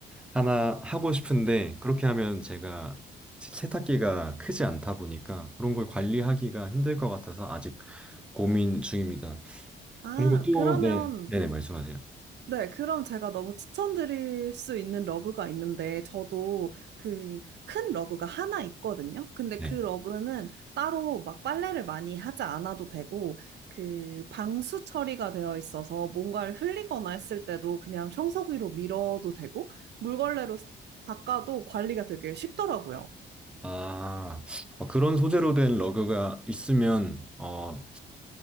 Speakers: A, in the centre; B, on the right.
A: 하나 하고 싶은데, 그렇게 하면 제가 세- 세탁기가 크지 않다 보니까 그런 걸 관리하기가 힘들 것 같아서 아직 고민 중입니다.
B: 아,
A: 그리고 또,
B: 그러면,
A: 네. 네네, 말씀하세요.
B: 네, 그럼 제가 너무 추천드릴 수 있는 러그가 있는데, 저도 그 큰 러그가 하나 있거든요. 근데
A: 네.
B: 그 러그는 따로 막 빨래를 많이 하지 않아도 되고, 그 방수 처리가 되어 있어서 뭔가를 흘리거나 했을 때도 그냥 청소기로 밀어도 되고, 물걸레로 닦아도 관리가 되게 쉽더라고요.
A: 아, 어, 그런 소재로 된 러그가 있으면, 어,